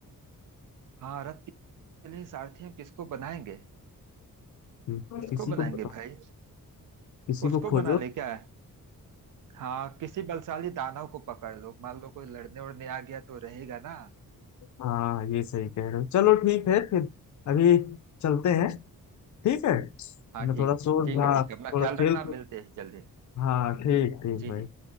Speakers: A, on the right (about 60°); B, on the left (about 55°).
A: हाँ रथ के लिए सारथी हम किसको बनाएंगे
B: हम्म,
A: किसको
B: किसी
A: बनाएंगे
B: को बताओ
A: भाई
B: किसी
A: उसको
B: को खोजो
A: बना ले क्या है हाँ किसी बलशाली दानव को पकड़ लो मान लो कोई लड़ने उड़ने आ गया तो रहेगा ना
B: हाँ ये सही कह रहे हो चलो ठीक है फिर अभी चलते हैं ठीक है
A: हाँ
B: मैं
A: ठीक
B: थोड़ा
A: है
B: सो
A: ठीक
B: हाँ
A: है ठीक
B: थोड़ा
A: है अपना ख्याल
B: खेल
A: रखना
B: कूद
A: मिलते हैं जल्दी
B: हाँ ठीक ठीक
A: जी
B: भाई
A: जी